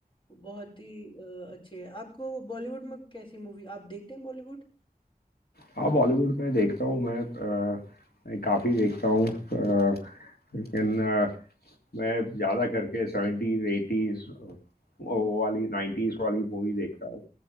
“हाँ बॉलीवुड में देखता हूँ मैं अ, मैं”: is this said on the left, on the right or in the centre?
Left